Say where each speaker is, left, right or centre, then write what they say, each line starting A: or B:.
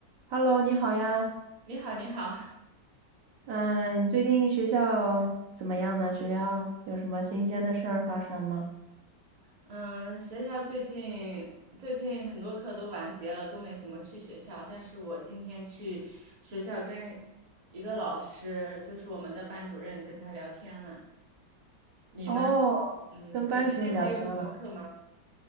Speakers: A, on the right; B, on the right.
A: Hello，你好呀。
B: 你好，你好，
A: 嗯，你最近学校怎么样呢？学校有什么新鲜的事儿发生吗？
B: 嗯，学校最近最近很多课都完结了，都没怎么去学校。但是我今天去学校跟一个老师，就是我们的班主任，跟他聊天了。你呢？
A: 哦，
B: 嗯，
A: 跟班主任聊天了。
B: 你最近还有什么课吗？